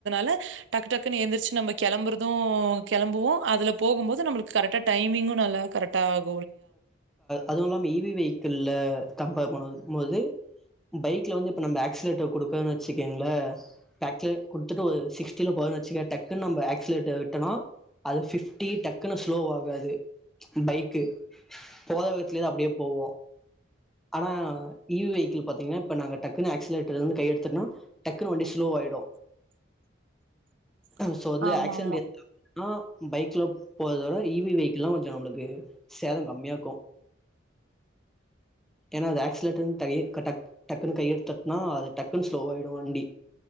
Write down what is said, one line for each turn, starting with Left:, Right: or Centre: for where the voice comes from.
Right: ல டக்கு டக்குன்னு எந்திரச்சு நம்ம கிளம்புறதும் கிளம்புவோம் அதுல போகும் போது நம்ளுக்கு கரெக்டா டைமிங்கும் நல்லா கரெக்டா ஆகு
Centre: அதுவும் இல்லாம இவி வெஹிக்கிள்ள கம்பேர் பண்ண மோது பைக்ல வந்து இப்ப நம்ம ஏக்சிலட்டர் கொடுக்கன்னு வச்சக்கங்களே ஏக்சிலட்டர் கொடுத்துட்டு ஒரு சிக்ஸ்டில போ வச்சுக்க டக்குன்ன நம்ம ஆக்சலேட்டர் விட்டனா அதுப்டி டக்குன்னு ஸ்லோ ஆகாது பைக்கு போர வேகத்துல தான் அப்படியே போவோம் ஆனா இவி வெஹிக்கிள் பாத்தீங்கன்னா இப்ப நாங்க டக்குன்னு ஆக்சலேட்டர் இருந்து கை எடுத்தும்னா டக்குன்ன வண்டி ஸ்லோவ ஆயிடும்
Right: <unintelligible>
Centre: சோ வந்து
Right: ஆமாமா.
Centre: ஆக்சிடெட் ஆகுதுனா பைக்ல போறதோட இவி வெஹிக்கிள்ல்லாம் கொஞ்சோ நம்மளுக்கு சேதோ கம்மியா இக்கூ ஏனா அது ஆக்சலேட்டர் டக்குன்னு கையெடுத்துட்டுனா அது டக்குன்னு ஸ்லோவயிடும் வண்டி